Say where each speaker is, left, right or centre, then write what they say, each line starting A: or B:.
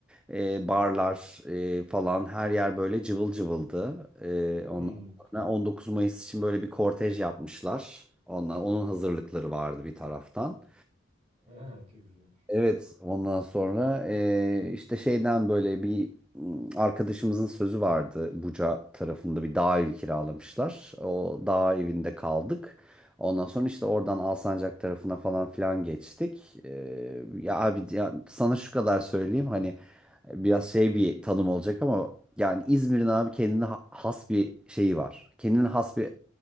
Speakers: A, in the centre; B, on the right.
A: e, barlar e, falan her yer böyle cıvıl cıvıldı. E, ondan
B: hı.
A: sonra 19 Mayıs için böyle bir kortej yapmışlar. Ondan, onun hazırlıkları vardı bir taraftan.
B: <laughs> Çok güzel.
A: Evet, ondan sonra eee, işte şeyden böyle bir mm, arkadaşımızın sözü vardı. Buca tarafında bir dağ evi kiralamışlar. O dağ evinde kaldık. Ondan sonra işte oradan Alsancak tarafına falan filan geçtik. Eee, ya abi ya sana şu kadar söyleyeyim hani biraz şey bir tanım olacak ama yani İzmir'in abi kendine ha- has bir şeyi var. Kendine has bir